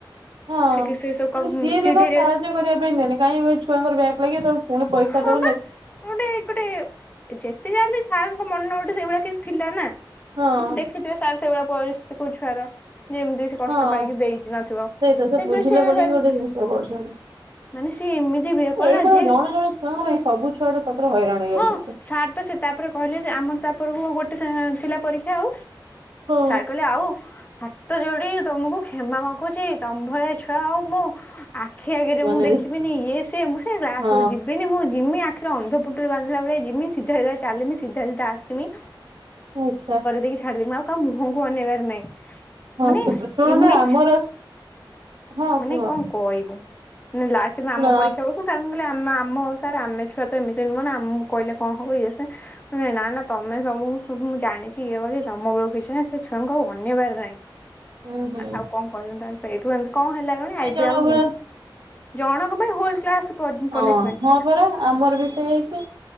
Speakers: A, on the right; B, on the left.
A: ହଁ,
B: ସେ କି ସେ ସବୁ କ
A: ମାନେ ସିଏ
B: ଚିଟ୍
A: ଦେଖ
B: ହେରିକା
A: ସାହାଯ୍ୟ କରିବା ପାଇଁ ନେଲେ କାହିଁକି, ଏ ଛୁଆଙ୍କର ବ୍ୟାକ ଲାଗି ତମେ ପୁଣି ପଇସା
B: ହଁ
A: ଦବ।
B: ବା କନ ଗୋଟେ ଗୋଟେ ଯେତେ ଯାହାଲେ ସାର୍ ମୋ ମନ ଗୋଟେ ସେଇଭଳିଆ କିଛି ଥିଲା ନା,
A: ହଁ
B: କିଛି ଦେଖିଥିବେ ସାର୍ ସେଇଭଳିଆ ପରିସ୍ଥିତି କୋଉ ଛୁଆର। ଯେ ଏମିତି ସେ କଷ୍ଟ
A: ହଁ
B: ପାଇକି ଦେଇଛି ନଥିବ
A: ସେଇତ
B: ସେଇଥିପାଇଁ
A: ବୁଝିଲେ
B: ସେ
A: ବୋଲିକି
B: ହେଲ୍ପ
A: ଗୋଟେ ଜିନିଷ କରୁଛନ୍ତି।
B: ମାନେ ସିଏ ଏମିତି, ଭିଏପ କଲା
A: ଏଇଭଳିଆ
B: ଯେ
A: ଜଣେ ଜଣେ ଛୁଆଙ୍କ ପାଇଁ ସବୁ ଛୁଆ ଟା ସତରେ ହଇରାଣ ହେଇଯାଉଛନ୍ତି।
B: ହଁ ସାର୍ ତ ସେ ତାପରେ କହିଲେ ଯେ, ଆମର ତାପରକୁ ଗୋଟେ ସେମିତି ଥିଲା ପରୀକ୍ଷା ଆଉ ସାର
A: ହଁ
B: କହିଲେ ଆଉ ହାତ ଯୋଡି ତମକୁ କ୍ଷମା ମାଗୁଛି, ତମ ଭଳିଆ ଛୁଆ ଆଉ ମୁଁ ଆଖି ଆଗରେ
A: ଜୀବନରେ
B: ମୁଁ ଦେଖିବିନି, ଇଏ ସିଏ, ମୁଁ ସେ କ୍ଲାସକୁ
A: ହଁ
B: ଯିବିନି ମୁଁ ଯିବି ଆଖିରେ ଅନ୍ଧ ପୁଟୁଳି ବାନ୍ଧିଲା ଭଳିଆ ଯିମି, ସିଧା ସଧା ଚାଲିମି ସିଧା ସିଧା ଆସିମି।
A: ଆଛା।
B: ଛାଡିଦେବି, ମୁଁ ଆଉ କାହା ମୁହଁକୁ ଅନେଇବାର ନାଇଁ।
A: ହଁ
B: ମାନେ
A: ଶୁ ଶୁଣୁନା
B: ଏମି,
A: ଆମର ହଁ
B: ମାନେ
A: କୁହ
B: କଣ କହିବୁ? ନାଁ ଲାକେ ନା
A: ଶୁଣ
B: ଆମ ପରୀକ୍ଷାକୁ ସାର୍ ଙ୍କୁ ଆମେ ଆମ ହଉ ସାର୍ ଆମେ ଛୁଆ ତ ଏମିତି ନୁହଁ ନା, ଆମକୁ କହିଲେ କଣ ହବ ଇଏ ସେ ନାଁ ନାଁ ତମେ ସବୁକୁ ସବୁ ମୁଁ ଜାଣିଛି, ଇଏ କରିଛି, ତମ ବେଳକୁ କିଛି ନାହିଁ, ସେ ଛୁଆଙ୍କୁ ଆଉ ଅନେଇବାର ନାହିଁ।
A: ହୁଁ ହୁଁ
B: ଆଉ କଣ କହିବି ତା ସେଇଠୁ ଏମିତି କଣ ହେଲା କହନି
A: ଏଇ
B: ଏବେ
A: ଜଣଙ୍କ
B: ଆଉ
A: ଭଳିଆ
B: ଜଣକ ପାଇଁ ହୋଲ କ୍ଲାସ
A: ହଁ
B: ପନିସମେଣ୍ଟ
A: ହଁ
B: ପାଇଲା।
A: ପରା ଆମର ବି ସେଇହେଇଛି।